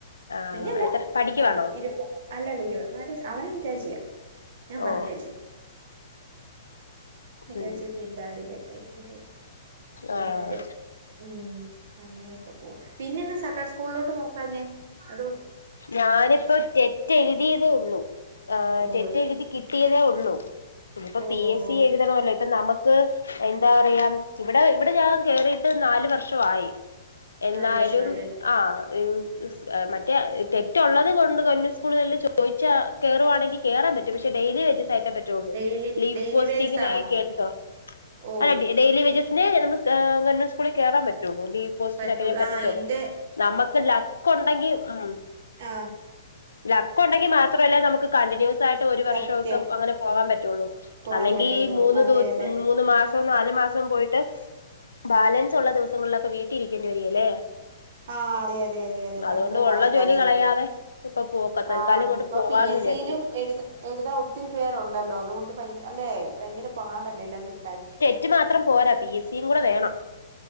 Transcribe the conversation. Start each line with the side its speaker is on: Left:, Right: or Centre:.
Left: ആണോ
Right: കുഞ്ഞല്ല
Left: എത്ര പഠിക്കുവാണോ
Right: ആ ഇരു അല്ലല്ല ഇരുപത്തിനാല് വയസ് അവന് <unintelligible> ഞാൻ പറഞ്ഞ്
Left: ഓ ഉം
Right: <inaudible> <inaudible> <unintelligible> ചേട്ട <inaudible>
Left: ആഹ്
Right: എല്ലാരും. ഉം അങ്ങനെയൊക്കെ പോകുന്നു പിന്നെ എന്താ സർക്കാർ സ്കൂളിലോട്ട് നോക്കാണെ അതോ
Left: ഞാനിപ്പം തെ തെറ്റെഴുതിയതേ ഒള്ളൂ ആഹ്
Right: ഓ
Left: തെറ്റെഴുതി കിട്ടിയതേ ഒള്ളൂ ഇനയിപ്പോ
Right: ഓ
Left: പി
Right: ഓ
Left: എസ് സി
Right: ഓ
Left: എഴു <unintelligible> നമുക്ക് എന്താ പറയാ ഇവിടെ ഇവിടെ ഞാൻ കേറിയിട്ട് നാലു വർഷമായി. എന്നാലും
Right: നാല് വർഷായല്ലേ
Left: ആഹ് ഹ് ഹ്സ് മറ്റേ തെറ്റുള്ളള്ളത് കൊണ്ട് ഗവൺമെന്റ് സ്കൂളുകളിൽ ചോദിച്ചാ കേറുവാ ണെങ്കിൽ കേറാൻ പറ്റും പക്ഷെ ഡെയിലി വെജസ് ആയിട്ടേ പറ്റു റ്റൊള്ളൂ
Right: ഡെയിലി
Left: ലീവ്
Right: ഡെയിലി
Left: പോസ്റ്റിങ്ങിലായ്
Right: വേജസ് ആണോ
Left: കേട്ടതൊ
Right: ഓ
Left: അ ഡെയിലി വേജസിണ് നമു ഗവൺെന്റ്കൂളിൽ കേറാൻ പറ്റൊള്ളൂ. പോസ്റ്റിനക്കയെ
Right: പറ്റുള്ളൂ
Left: പറ്റത്തുള്ളൂ
Right: ആ എന്റെ
Left: നമുക്ക് ലക്ക് ഉണ്ടെങ്കിൽ ഉം.
Right: ആഹ്.
Left: ലക്ക് ഉണ്ടെങ്കി മാത്രമല്ല നമുക്ക് കണ്ടിന്യൂസ് ആയിട്ട് ഒരു വർഷമൊക്കെ
Right: സത്യം
Left: അങ്ങനെ പോകാൻ പറ്റുള്ളൂ.
Right: പോകാൻ
Left: അല്ലെങ്കീ
Right: പറ്റത്തുള്ളൂ
Left: മൂന്നു
Right: അതെ
Left: ദിവസും.
Right: അതെ
Left: മൂന്ന് മാസവും നാല് മാസവും പോയിട്ട് ബാലൻസ് ഉള്ള ദിവസങ്ങളിലൊക്കെ വീട്ടിൽ ഇരിക്കേണ്ടി വരികേല്ലേ.
Right: ആഹ് അതെ അതെ അതെ അതെ ഭയങ്കര
Left: അതുകൊണ്ട്
Right: ടാസ്കാ.
Left: ഉള്ള ജോലി
Right: നിക്കലാണ്
Left: കളയാതെ ഇപ്പൊ പോക്ക തൽക്കാലം
Right: ആഹ്
Left: ഇങ്ങോട്ട്
Right: ഇപ്പൊ
Left: പോവാന്ന്
Right: പി എസ്
Left: വിചാരിച്ചു
Right: സി ലും എഴുതി. എഴുതാ ഒത്തിരി പേരുണ്ടല്ലോ അതുകൊണ്ട് ഭയ അല്ലെ ഭയങ്കര പാടല്ലേ എല്ലാം കിട്ടാൻ.
Left: റ്റ് മാത്രം പോരാ പി എസ് സിംകൂടെ വേണം.